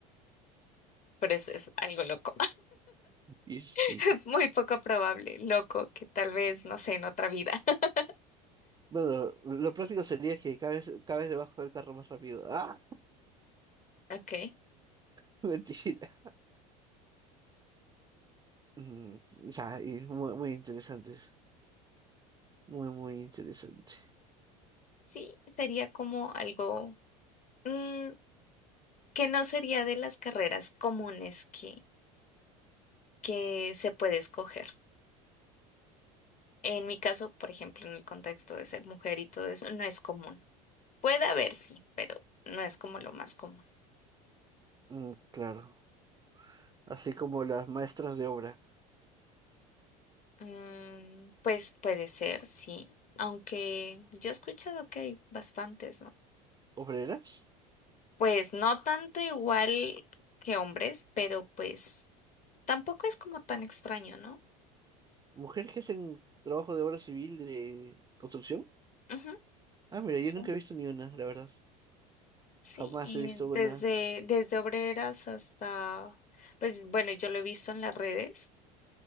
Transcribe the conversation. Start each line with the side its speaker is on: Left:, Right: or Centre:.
Left: Pero eso es algo loco,
Right: Y,
Left: <laughs>
Right: y-
Left: muy poco probable, loco, que tal vez, no sé, en otra vida. <laughs>
Right: Bueno, lo práctico sería que cabes, cabes debajo del carro más rápido. ¡Ah!
Left: Ok.
Right: <laughs> Mentira. Mm, o sea, y muy, muy interesantes. Muy, muy interesante.
Left: Sí, sería como algo mm, que no sería de las carreras comunes que, que se puede escoger. En mi caso, por ejemplo, en el contexto de ser mujer y todo eso, no es común. Puede haber, sí, pero no es como lo más común.
Right: Mm, claro. Así como las maestras de obra.
Left: Mm, pues puede ser, sí, aunque yo he escuchado que hay bastantes, ¿no?
Right: ¿Obreras?
Left: Pues no tanto igual que hombres, pero pues tampoco es como tan extraño, ¿no?
Right: ¿Mujeres que hacen trabajo de obra civil de construcción?
Left: Ujú.
Right: Ah, mira, yo
Left: Sí.
Right: nunca he visto ni una, la verdad.
Left: Sí,
Right: Jamás
Left: y
Right: he visto una.
Left: desde, desde obreras hasta, pues bueno, yo lo he visto en las redes